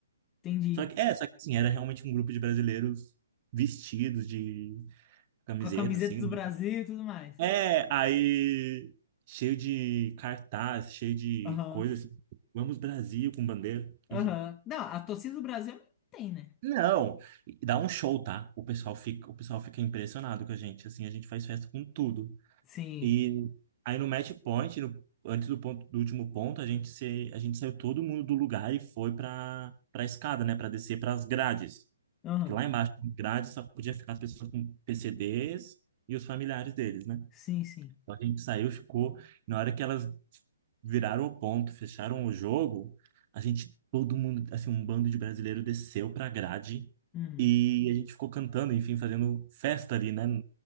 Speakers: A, on the left; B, on the right.
A: entendi.
B: Só que, é, só que assim, era realmente um grupo de brasileiros vestidos de camiseta,
A: Com a camiseta
B: assim,
A: do
B: né?
A: Brasil e tudo mais.
B: É, aí. Cheio de cartaz, cheio de
A: Aham,
B: coisa assim. Vamos Brasil com bandeira,
A: aham.
B: enfim.
A: Não, a torcida do Brasil tem, né?
B: Não, e dá um show, tá? O pessoal fica, o pessoal fica impressionado com a gente, assim, a gente faz festa com tudo.
A: Sim,
B: E aí no match point, no- antes do ponto, do último ponto, a gente se, a gente saiu todo mundo do lugar e foi pra para escada, né, Pra descer pras grades.
A: aham,
B: Porque lá embaixo, nas grades, só podia ficar as pessoas com PCDs e os familiares deles, né?
A: sim, sim.
B: Então a gente saiu, ficou. Na hora que elas viraram o ponto, fecharam o jogo, a gente, todo mundo, assim, um bando de brasileiro desceu pra grade
A: Uhum.
B: e a gente ficou cantando, enfim, fazendo festa ali, né?